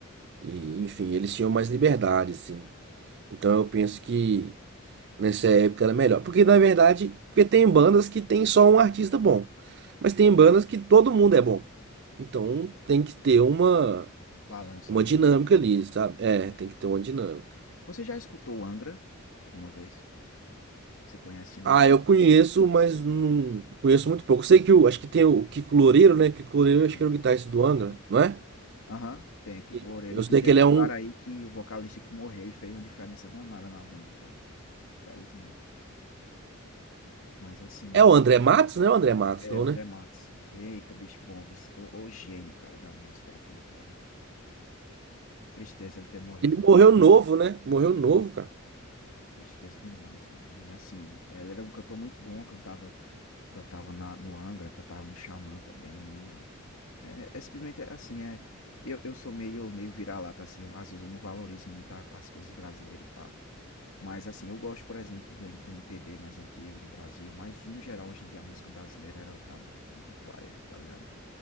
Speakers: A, on the right; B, on the left.
A: e enfim, eles tinham mais liberdade assim. Então eu penso que nessa época era melhor, porque na verdade, porque tem bandas que tem só um artista bom, mas tem bandas que todo mundo é bom. Então tem que ter uma
B: Balanço
A: uma
B: aí,
A: dinâmica
B: né?
A: ali, sabe? É, tem que ter uma dinâmica.
B: Você já escutou Angra alguma vez? Você conhece Angra?
A: Ah, eu conheço, mas não conheço muito pouco. Sei que o, acho que tem o Kiko Loureiro, né? Kiko Loureiro, acho
B: Conhe
A: que era o guitarrista do Angra,
B: aham.
A: não é?
B: Aham, tem o Kiko
A: Sim.
B: Loureiro.
A: Eu sei
B: E teve
A: que ele
B: um
A: é
B: cara
A: um.
B: aí que o vocalista que morreu e fez uma diferença danada na banda, cara. Infelizmente. Mas assim,
A: É o André Matos, né? O André Matos,
B: é
A: não,
B: o André
A: né?
B: Matos. Eita, bicho bom, viu? Esse que- é O, o gênio, cara, da música era aquele cara. Tristeza ele ter morrido,
A: Ele morreu
B: né, velho?
A: novo, né? Morreu novo,
B: Foi.
A: cara.
B: Tristeza demais, cara. E assim, ela era um cantor muito bom, cantava, cantava na, no Angra, cantava no Xamã também. E é, é simplesmente é, assim, é. Eu, eu sou meio, meio vira-lata, assim, eu, às vezes eu não valorizo muito a- as coisas brasileiras e pá. Mas assim, eu gosto, por exemplo, do, M- do MPB mais antigo do Brasil, mas no geral, hoje em dia, a música brasileira, ela tá muito paia, tá ligado?